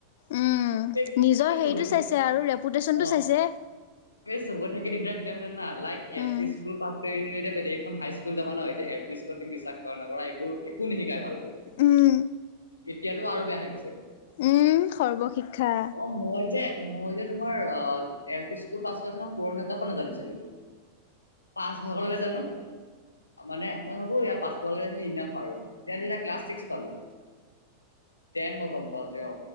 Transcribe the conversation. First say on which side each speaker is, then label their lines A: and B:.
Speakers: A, on the left; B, on the left.
A: উম
B: এই
A: নিজৰ
B: এই
A: হেৰিটো
B: চব
A: চাইছে আৰু ৰেপুটেশচনটো
B: অ
A: চাইছে।
B: এই চবত থাকে দিগদাৰ কেতিয়া জান না like L
A: um
B: P school প এইখন হাই স্কুল যাব ন এ যে এ পি স্কুল তুম বিশ্বাস কৰা নক কৰা একো একো নিশিকাই ভাল
A: উম
B: এতিয়াতো আৰু বেয়া হৈ গৈছে
A: উম সৰ্বশিক্ষা
B: অ মই যে মই যে তোমাৰ আহ এল পি স্কুল পাছ কুৰণেতখন নাজানিছিলো পাঁচ ভাগলৈকে জানো মানে মই ভাবোঁ ইয়াৰ পাচ ইনা পাৰালোনতিয়া ক্লাছ ছিক্স পালোঁ তেন মই গম পাওঁ যে অ